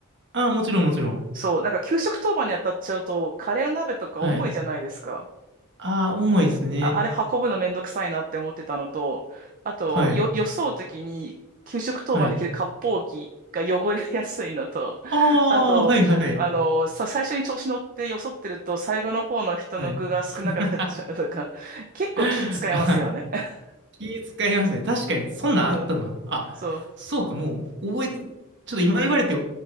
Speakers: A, on the right; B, on the right.
A: ああ、もちろん、もちろん。
B: そう、なんか給食当番に当たっちゃうと、カレーの鍋とか重いじゃないですか。
A: はい。ああ、重いですね。
B: あ、あれ運ぶのめんどくさいなって思ってたのと、あと、
A: はい。
B: よ、よそうときに、給食当番で着る割烹着が汚れやすいのと、
A: はい。ああ、
B: あと、
A: はい、はい。
B: あの、さ、最初に調子乗ってよそってると、最後の方の人の具が少なくなっちゃうとか、
A: はい。<laughs>
B: 結構気使いますよね。
A: は
B: <laughs>
A: い。気使いますね。確かに、そんなんあったな。
B: そう、
A: あ、
B: そう。
A: そうか、もう、覚えて、ちょっと今言われて、